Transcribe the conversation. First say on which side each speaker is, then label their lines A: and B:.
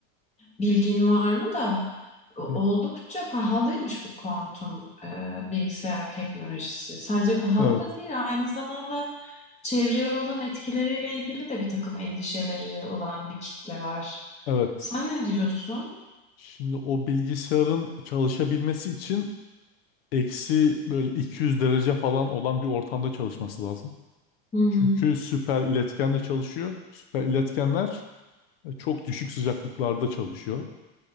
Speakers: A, on the left; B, on the left.
A: bilgin var mı da Oldukça
B: Hı.
A: pahalıymış bu kuantum e, bilgisayar teknolojisi. Sadece pahalı
B: Evet,
A: da değil, aynı zamanda çevreye olan etkileriyle ilgili de bir takım endişeleri olan bir kitle var.
B: evet.
A: Sen ne diyorsun?
B: Şimdi o bilgisayarın çalışabilmesi için eksi böyle 200 derece falan olan bir ortamda çalışması lazım.
A: Hı hı.
B: Çünkü süper iletkenle çalışıyor. Süper iletkenler E, Çok düşük sıcaklıklarda çalışıyor.